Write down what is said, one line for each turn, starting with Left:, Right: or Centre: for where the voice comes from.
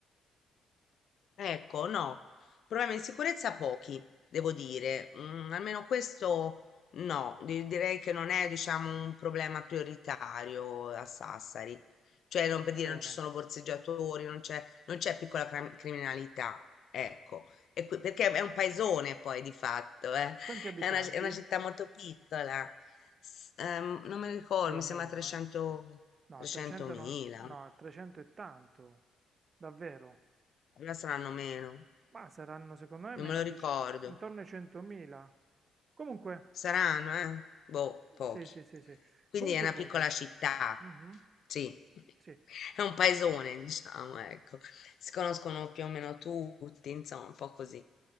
Left: Ecco, no, problemi di sicurezza pochi, devo dire. Mm, almeno questo no, di- direi che non è, diciamo, un problema prioritario a Sassari. Cioè, non per dire
Right: Bene.
Left: non ci sono borseggiatori, non c'è non c'è piccola cram- criminalità, ecco. E qui- perché è un paesone poi di fatto, eh.
Right: Quanti abitanti?
Left: <laughs> È una, è una città molto piccola. S- ehm, non me lo ricordo,
Right: Più o
Left: mi
Right: meno,
Left: sembra 300,
Right: eh. No,
Left: 300.000,
Right: 300 non... no, 300 è tanto. Davvero?
Left: allora saranno meno,
Right: Ma saranno secondo me
Left: non
Right: meno
Left: me lo
Right: di...
Left: ricordo.
Right: ce- intorno ai 100.000. Comunque,
Left: Saranno, eh? Boh, pochi.
Right: sì, sì, sì, sì.
Left: Quindi
Right: Comunque
Left: è una
Right: pochi.
Left: piccola città,
Right: Mhm.
Left: sì, <laughs>
Right: Sì,
Left: è un paesone, <laughs> diciamo, ecco. Si conoscono più o meno tutti, insomma, un po' così.